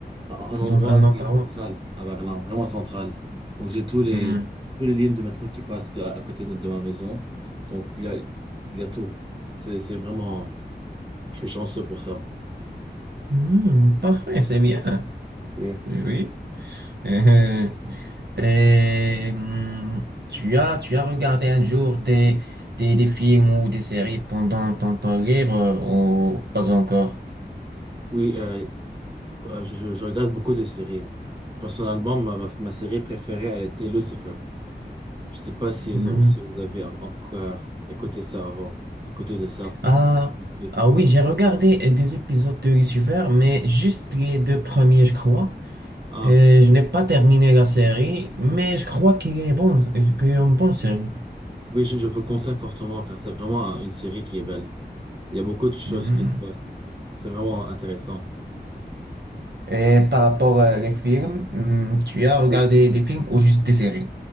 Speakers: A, on the right; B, on the right.
A: un un endroit
B: dans un endroit.
A: qui est central à Berlin, vraiment central. Donc, j'ai tous les,
B: Hmm.
A: tous les lignes de métro qui passent de- à côté de, de ma maison. Donc, il y a, il y a tout. C'est, c'est vraiment. Je suis chanceux pour ça.
B: Hmm, parfait, c'est bien.
A: Oui.
B: Oui. <laughs> Euh, euh, hum, tu as, tu as regardé un jour des, des, des films ou des séries pendant ton temps libre euh, ou pas encore?
A: Oui, euh, euh, je, je- je regarde beaucoup de séries. Personnellement, ma, ma, ma série préférée, elle était Lucifer. Je sais pas si vous,
B: Hum.
A: si vous avez en- encore écouté ça avant, écouté de ça,
B: Ah,
A: Netflix.
B: ah oui, j'ai regardé euh, des épisodes de Lucifer, mais juste les deux premiers, je crois.
A: Ah,
B: Euh, je n'ai pas terminé la série, mais je crois qu'il est bon, qu'il est une bonne série.
A: oui, je, je vous conseille fortement car c'est vraiment un- une série qui est belle. Il y a beaucoup de choses
B: Hum.
A: qui se passent. C'est vraiment intéressant.
B: Et par rapport euh, les films, hum, tu as regardé
A: Les films?
B: des films ou juste des séries?